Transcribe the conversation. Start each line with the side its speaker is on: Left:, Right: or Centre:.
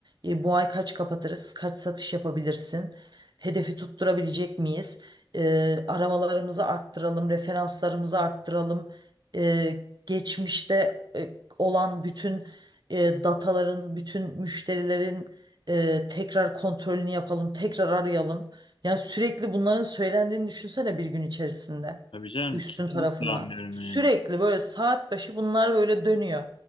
Right: E, bu ay kaç kapatırız, kaç satış yapabilirsin, hedefi tutturabilecek miyiz, Eee, aramalarımızı arttıralım, referanslarımızı arttıralım, Eee, geçmişte e, olan bütün e, dataların, bütün müşterilerin e, tekrar kontrolünü yapalım, tekrar arayalım. Yani sürekli bunların söylendiğini düşünsene bir gün içerisinde
Left: Tabii canım
Right: üstün
Left: kesinlikle
Right: tarafından.
Left: anlıyorum
Right: Sürekli
Left: yani.
Right: böyle saat başı bunlar böyle dönüyor.